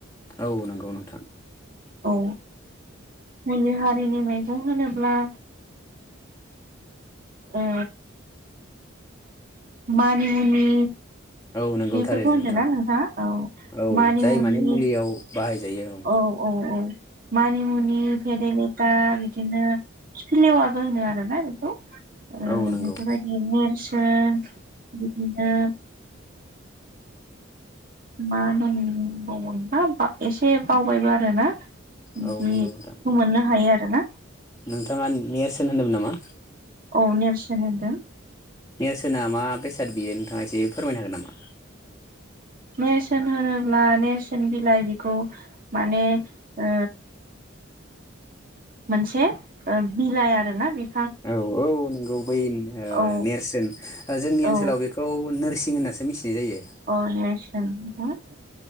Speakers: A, on the left; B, on the right.
A: औ नंगौ नोंथां
B: औ मुलि हारिनि मैगं होनोब्ला अ मानिमनि
A: औ नंगौ
B: बेफोरखौ
A: थारैनो
B: होनदों
A: नोंथां
B: ना नोंथाङा औ
A: औ
B: मानि
A: जाय
B: मुनि
A: माने मुलियाव बाहायजायो
B: औ। औ औ। मानिमुनि फेरेलेथा बिदिनो खाफि लेवाबो होनो आरोना बेखौ। ओ
A: औ नंगौ
B: बेफोरबायदि नेरसोन बिदिनो मा होनबावमोनबा एसे बावबायबो आरोना। बिदिखौ
A: औ नंगौ नोंथां
B: मोननो हायो आरोना
A: नोंथाङा मयेरसोन होनदोंमोन नामा
B: औ नेलसनद
A: नेरसोना मा बेसाद बियो नोंथाङा एसे फोरमायनो हागोन नामा
B: नेरसोन होनोब्ला नेरसोन बिलाइ बेखौ माने ओ मोनसे बिलाइ आरो ना बे
A: औ औ नंगौ। बै
B: ओ
A: नेरसोन जोंनि ओनसोलाव
B: औ
A: बे खौ नोरसिं होननासो मिथिनाय जायो।
B: <unintelligible> औ